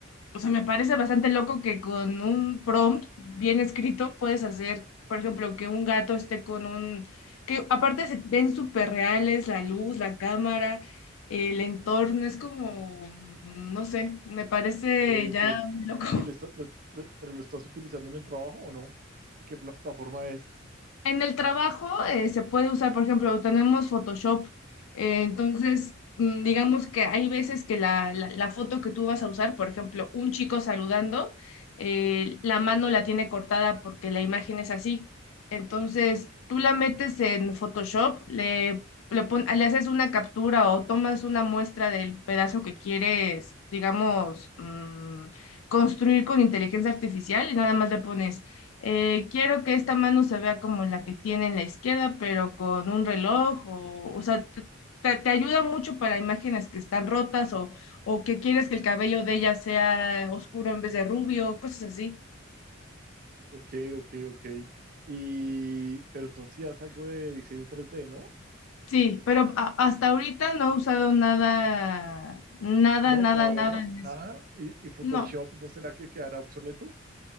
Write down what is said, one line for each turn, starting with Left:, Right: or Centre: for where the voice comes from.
Left: O sea, me parece bastante loco que con un prompt bien escrito puedes hacer, por ejemplo, que un gato esté con un... que aparte se ven súper reales, la luz, la cámara, el entorno, es como, no sé, me parece
Right: Ok,
Left: ya
Right: ok,
Left: muy loco.
Right: ¿Y lo estás- lo- lo- pero lo estás utilizando en el trabajo o no? ¿Y qué plataforma es?
Left: En el trabajo eh, se puede usar, por ejemplo, tenemos Photoshop, eh, entonces mm, digamos que hay veces que la, la- la foto que tú vas a usar, por ejemplo, un chico saludando, eh, la mano la tiene cortada porque la imagen es así. Entonces tú la metes en Photoshop, le, le, pon- le haces una captura o tomas una muestra del pedazo que quieres, digamos, mm, construir con inteligencia artificial y nada más le pones eh, quiero que esta mano se vea como la que tiene en la izquierda, pero con un reloj, o, o sea, te, te- te ayuda mucho para imágenes que están rotas o, o que quieres que el cabello de ella sea oscuro en vez de rubio, cosas así.
Right: Ok, ok, ok, y, pero tú hacías algo de diseño 3D, ¿no?
Left: Sí, pero a- hasta ahorita no he usado nada, nada,
Right: No,
Left: nada,
Right: todavía
Left: nada
Right: no,
Left: en
Right: nada,
Left: eso.
Right: ¿y, y Photoshop
Left: No,
Right: no será que quedará obsoleto?